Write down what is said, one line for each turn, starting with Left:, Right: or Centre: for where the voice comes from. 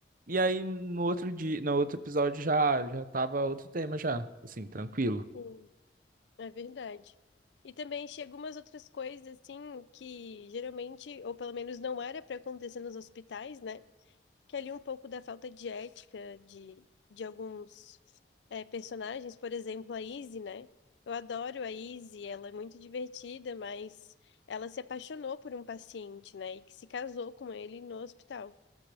Right: e aí no outro dia, no outro episódio já já tava outro tema já, assim, tranquilo.
Left: sim, é verdade. E também chega umas outras coisas, assim, que geralmente, ou pelo menos não era para acontecer nos hospitais, né? que ali um pouco da falta de ética de, de alguns é, personagens, por exemplo, a Izzy, né? Eu adoro a Izzy, ela é muito divertida, mas ela se apaixonou por um paciente, né? E que se casou com ele no hospital.